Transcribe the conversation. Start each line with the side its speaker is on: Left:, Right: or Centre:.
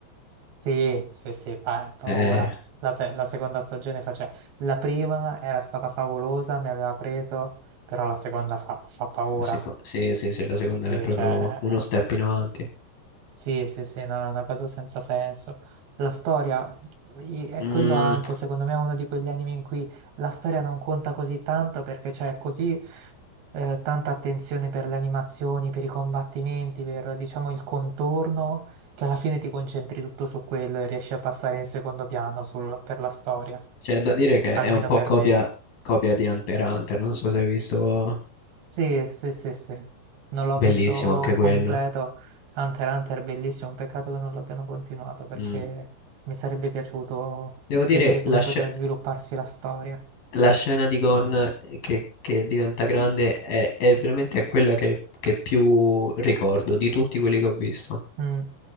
Right: Sì, sì, sì, pa- paura.
Left: Eh,
Right: La, se- la seconda stagione face- La prima era stata favolosa, mi aveva preso, però la seconda fa, fa paura.
Left: la seco- sì, sì, sì, la seconda
Right: Sì,
Left: è proprio
Right: cioè,
Left: uno step in avanti.
Right: Sì, sì, sì, no, è una cosa senza senso. La storia i- è
Left: Mm,
Right: quello anche, secondo me, è uno di quegli anime in cui la storia non conta così tanto perché c'è così eh, tanta attenzione per le animazioni, per i combattimenti, per, diciamo, il contorno, che alla fine ti concentri tutto su quello e riesci a passare in secondo piano sul- per la storia,
Left: c'è da dire che
Right: almeno
Left: è un po'
Right: per
Left: copia,
Right: me.
Left: copia di Hunter x Hunter, non so se hai visto,
Right: Sì, sì, sì, sì. Non l'ho
Left: bellissimo
Right: visto
Left: anche quello.
Right: completo. Hunter x Hunter, bellissimo. Un peccato che non l'abbiano continuato perché
Left: Mm.
Right: mi sarebbe piaciuto
Left: Devo dire,
Right: vedere come
Left: la
Right: poteva
Left: scena.
Right: svilupparsi la storia.
Left: la scena di Gon eh, che, che diventa grande è, è veramente quella che, che più ricordo di tutti quelli che ho visto.
Right: Mm.